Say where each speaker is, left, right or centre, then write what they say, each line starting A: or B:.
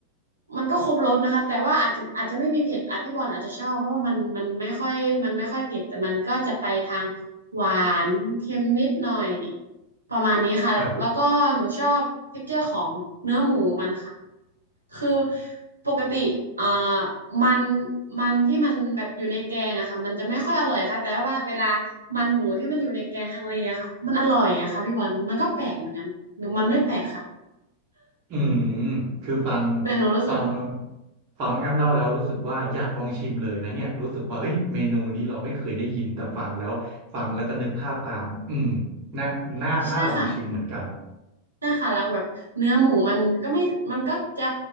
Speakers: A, on the right; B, on the right.
A: มันก็ครบรสนะคะแต่ว่าอาจจะอาจจะไม่มีเผ็ดอ่ะพี่บอลอาจจะชอบเพราะว่ามันมันไม่ค่อยมันไม่ค่อยเผ็ดแต่มันก็จะไปทางหวานเค็มนิดหน่อยประมาณนี้ค่ะแล้วก็หนูชอบ
B: ครับ
A: texture ของเนื้อหมูมันค่ะคือปกติเอ่อมันมันที่มันแบบอยู่ในแกงอะค่ะมันจะไม่ค่อยอร่อยค่ะแต่ว่าเวลามันหมูที่มันอยู่ในแกงฮังเลอะค่ะมันอร่อยอะค่ะพี่บอลมันก็แปลกเหมือนกันหรือมันไม่แปลกค่ะ
B: อืม คือฟัง
A: แต่หนูรู้สึก
B: ฟังมาฟังแอมเล่าแล้วรู้สึกว่าอยากลองชิมเลยนะเนี่ยรู้สึกว่าเฮ้ยเมนูนี้เราไม่เคยได้ยินแต่ฟังแล้วฟังแล้วก็นึกภาพตามอืมน่าน่าน่าลองชิมเหมือนกัน
A: ใช่ค่ะใช่ค่ะแล้วแบบเนื้อหมูมันก็ไม่มันก็จะ